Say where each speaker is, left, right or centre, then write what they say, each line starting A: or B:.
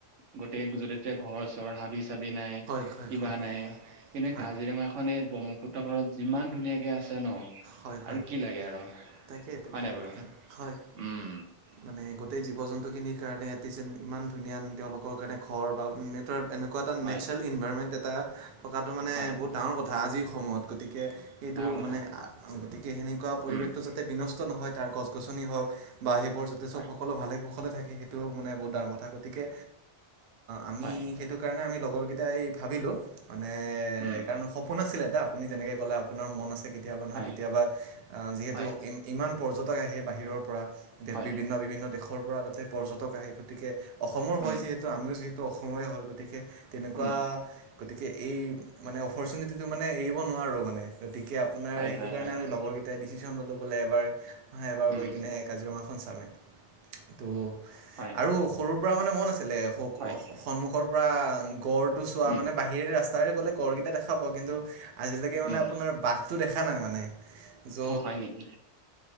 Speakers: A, on the right; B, on the right.
A: গোটেই যতে ততে ঘৰ চৰ, হাবি চাবি নাই।
B: লাগি
A: কিবা
B: থাকে
A: নাই, কিন্তু
B: হয়।
A: কাজিৰঙাখন এই ব্ৰহ্মপুত্ৰ পাৰত যিমান ধুনীয়াকে আছে আছে ন,
B: হয়
A: আৰু
B: হয়
A: কি লাগে আৰু।
B: তাকে তাকে,
A: হয় নাই বাৰু
B: হয়।
A: উম
B: মানে গোটেই জীৱ জন্তুখিনিৰ কাৰণে এটি যেন ইমান ধুনীয়া তেওঁলোকৰ কাৰণে ঘৰ বা <unintelligible> এনেকুৱা এটা
A: হয়
B: নেচাৰেল ইনভাইৰমেণ্ট এটা থকাটো মানে
A: হয়
B: বহুত ডাঙৰ কথা আজিৰ সময়ত, গতিকে সেইটো
A: ডাঙৰ কথা
B: মানে গতিকে সেনেকুৱা পৰিৱেশটো
A: উম
B: যাতে বিনষ্ট নহয় তাৰ গছ গছনি হওক বা সেইবোৰ যাতে
A: হয়
B: সব সকলো ভালে কুশলে থাকে সেইটোও মানে বহুত ডাঙৰ কথা। <unintelligible> গতিকে আমি
A: হয়
B: সেইটো কাৰণে আমি লগৰকেইটাই ভাবিলোঁ মানে
A: উম
B: এ কাৰণ সপোন আছিলে এটা, আপুনি যেনেকে ক'লে আপোনাৰ মন আছে কেতিয়াবা নহয়
A: হয়
B: কেতিয়াবা, আহ, যিহেতু
A: হয়
B: ই, ইমান পৰ্যটক আহে বাহিৰৰ পৰা,
A: হয়
B: বিভিন্ন-বিভিন্ন দেশৰ পৰা তাতে পৰ্যটক আহে, গতিকে অসমৰ
A: উম
B: হয় যিহেতু আমিও যিহেতু অসমৰে হয় গতিকে তেনেকুৱা
A: উম
B: গতিকে এই মানে অপৰ্চুনিটিটো মানে এৰিব নোৱাৰোঁ মানে, গতিকে আপোনাৰ
A: হয়
B: এই
A: হয় হয় হয়
B: লগৰকেইটাই ডিচিশ্যন ল'লো বোলে এবাৰ, এবাৰ
A: উম
B: গৈ কিনে কাজিৰঙাখন চামে। ত'
A: হয়
B: আৰু সৰুৰ পৰা মানে মন আছিলে,
A: হয়
B: সন্মুখৰ পৰা গড়টো চোৱা
A: উম
B: মানে বাহিৰৰে ৰাস্তাৰে গ'লে গড়কেইটা দেখা পাওঁ, কিন্তু আজিলৈকে মানে
A: উম
B: আপোনাৰ বাঘটো দেখা না নাই মানে, জ,
A: হয় নেকি